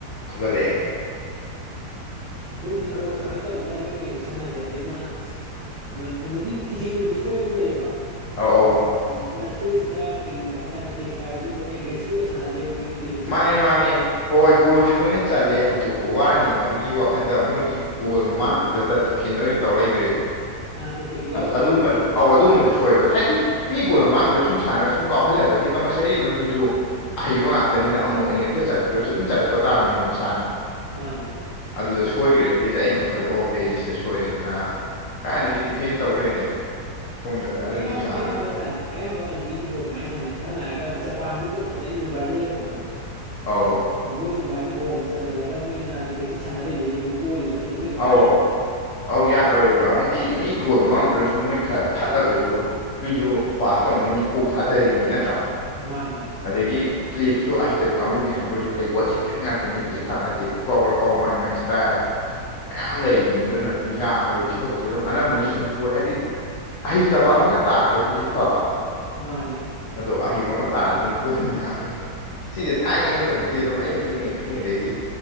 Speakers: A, on the left; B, on the right.
A: ꯐꯨꯒꯠꯂꯛꯑꯦ
B: ꯑꯗꯨꯕꯨꯗꯤꯕ꯭ꯔꯣ
A: ꯑꯗꯨꯅ
B: ꯁꯨꯥꯏ ꯇꯧꯕꯖꯥꯠꯅꯤ ꯃꯣꯏ ꯄ꯭ꯂꯦ ꯈꯨꯁꯥꯟꯅꯁꯦ ꯍꯥꯏꯗꯤ ꯑꯃꯥ ꯀꯩꯅꯣꯒꯤ ꯏꯖꯤꯞꯅꯁꯨ ꯁꯣꯏꯕ ꯑꯃ ꯂꯩꯌꯦꯕ
A: ꯑꯧ ꯑꯧ
B: ꯑꯩꯁꯤ ꯁꯣꯏꯁꯤꯅ ꯀꯩꯗꯅꯣ ꯍꯥꯏꯔꯛꯀꯥꯟꯗ ꯄ꯭ꯂꯦ ꯁ꯭ꯇꯥꯏꯜꯁꯦ ꯕ꯭ꯔꯣ ꯑꯦꯒ꯭ꯔꯦꯁꯤꯞ ꯑꯣꯏꯅ ꯁꯥꯟꯅꯗꯦꯕ ꯃꯣꯏꯗꯤꯗꯤ
A: ꯃꯥꯅꯦ ꯃꯥꯅꯦ ꯍꯣꯏ ꯒꯣꯜꯁꯦ ꯃꯣꯏꯅ ꯆꯜꯂꯦ ꯍꯟꯇꯣꯛꯄ ꯋꯥꯔꯅꯤ ꯍꯥꯏꯕꯒꯤ ꯋꯥꯈꯟꯗ ꯃꯣꯏꯒꯤ ꯒꯣꯜ ꯃꯃꯥꯡꯗꯨꯗ ꯐꯦꯟꯗ ꯑꯣꯏꯅ ꯇꯧ ꯂꯩꯈꯒ꯭ꯔꯦꯕ
B: ꯑ ꯑꯦꯇꯦꯛꯁꯦ ꯌꯥꯎꯗ꯭ꯔꯦꯕ
A: ꯑꯗ ꯑꯗꯨꯃꯠ
B: ꯃꯣꯏꯁꯦ
A: ꯑꯧ ꯑꯗ ꯑꯗꯨꯃꯁꯨ ꯁꯣꯏꯑꯕ ꯍꯥꯏꯗꯤ ꯃꯤ ꯒꯣꯜ ꯃꯃꯥꯡꯗꯨꯗ ꯁꯨꯝ ꯁꯥꯟꯅꯔꯒ ꯁꯨꯝ ꯀꯥꯎꯍꯜꯂꯒꯗꯤ ꯀꯝꯄꯜꯁꯔꯤ ꯑꯗꯨꯝ ꯃꯤꯁꯨ ꯑꯍꯩꯕ ꯉꯥꯛꯇꯅꯤꯅ ꯑꯃꯨꯛ ꯑꯅꯤꯔꯛꯇ ꯆꯟꯗ꯭ꯔꯒꯁꯨ ꯑꯗꯨꯝ ꯆꯠꯂꯛꯄ ꯇꯥꯕꯅꯦꯕ ꯃꯁꯥꯅ
B: ꯃꯥꯅꯦ
A: ꯑꯗꯨꯗ ꯁꯣꯏꯈ꯭ꯔꯦꯕ ꯄ꯭ꯂꯦꯖꯦ ꯑꯩꯅ ꯑꯗꯨꯝ ꯈꯜꯂꯦ ꯑꯣ ꯄ꯭ꯂꯦꯖꯤ ꯁꯤꯗ ꯁꯣꯏꯔꯦꯗꯅ ꯀꯥꯏꯗꯒꯤ ꯗꯤꯐꯦꯟꯗ ꯇꯧ ꯂꯩꯔꯦ ꯁꯣꯝꯗꯒ
B: ꯎꯝ
A: ꯑꯗꯨꯗꯤ
B: ꯑꯌꯥꯝ
A: ꯌꯥꯔꯣꯏ
B: ꯑꯌꯥꯝꯕ ꯁꯥꯟꯅꯩ ꯑꯌꯥꯝꯕ ꯀꯟꯇ꯭ꯁꯤꯁꯨ ꯕꯣ ꯑꯗꯨꯃꯥꯏꯅ ꯁꯥꯝꯅ ꯍꯥꯏꯔꯒ ꯖꯄꯥꯟꯗꯨ ꯕꯣꯜ ꯐꯖꯩꯅꯦ ꯕ꯭꯭ꯔꯥꯖꯤꯜꯒ ꯁꯥꯟꯅꯕꯗꯣ
A: ꯑꯧ
B: ꯅ ꯃꯣꯏꯁꯨ ꯑꯗꯨꯃꯥꯏꯅ ꯒꯣꯜ ꯆꯟꯖꯜꯂꯒ ꯃꯣꯏꯅ ꯗꯤꯐꯦꯟꯁꯤꯞ ꯁꯥꯟꯅ ꯂꯩꯕꯩꯅꯤ ꯃꯣꯏ ꯄꯣꯔꯤꯗꯨ ꯅꯠꯇꯗꯤ ꯃꯣꯏꯅ ꯀꯥ
A: ꯑꯧ
B: ꯌꯥꯕꯅꯦꯕ
A: ꯑꯧ ꯌꯥꯔꯣꯏꯕ ꯍꯥꯏꯗꯤ ꯃꯤꯒꯤ ꯒꯣꯜ ꯃꯃꯥꯡꯗꯨꯗ ꯁꯨꯝ ꯃꯣꯏ ꯈꯔ ꯊꯠꯂꯒꯁꯨ ꯃꯤꯁꯨ ꯄꯥꯁ ꯇꯧꯅꯩꯅꯤ ꯀꯣꯛ ꯊꯥꯗꯔꯤꯅꯤ ꯅꯠꯇ꯭ꯔꯥ
B: ꯃꯥꯅꯦ
A: ꯑꯗꯒꯤ ꯄ꯭ꯂꯦꯗꯨꯁꯨ ꯑꯍꯩꯇꯕ ꯀꯥꯡꯕꯨꯅꯤ ꯍꯥꯏꯕ ꯑꯣꯏꯔꯗꯤ ꯐꯩ ꯋꯥꯜ ꯆꯦꯝꯄꯤꯌꯟ ꯉꯥꯛꯇꯅꯤ ꯈꯖꯤꯛ ꯈꯔꯥꯛ ꯅꯠꯇꯦ ꯈꯨꯀꯥꯎ ꯂꯀꯥꯎ ꯃꯥꯏ ꯃꯥꯏ ꯁꯇꯥꯏꯜ ꯃꯌꯥꯝ ꯂꯩꯔꯤꯅꯦ ꯑꯗꯨꯅ ꯑꯗꯨꯝ ꯌꯥꯔꯣꯏꯕ ꯁꯤ ꯊꯕꯛꯁꯦ ꯑꯗꯨꯝ ꯑꯅꯝꯕꯅꯁꯨ ꯑꯗꯨꯝ ꯄꯣꯏ ꯍꯥꯏꯗꯤ ꯑꯍꯩꯇꯕ ꯑꯃꯒ ꯇꯥꯔꯒꯕꯨꯗꯤ ꯐꯕ
B: ꯃꯥꯅꯤ
A: ꯑꯗꯣ ꯑꯍꯩꯕ ꯑꯃꯒ ꯇꯥꯔꯗꯤ ꯑꯗꯨꯝ ꯄꯣꯅꯤ ꯌꯥꯔꯣꯏꯕ ꯁꯤꯁꯦ ꯊꯥꯏꯅꯉꯩ ꯃꯇꯝꯗꯒꯤ ꯑꯗꯨꯝ ꯑꯩꯅ ꯄꯤꯛꯏꯉꯩ ꯄꯤꯛꯏꯉꯩꯗꯒꯤ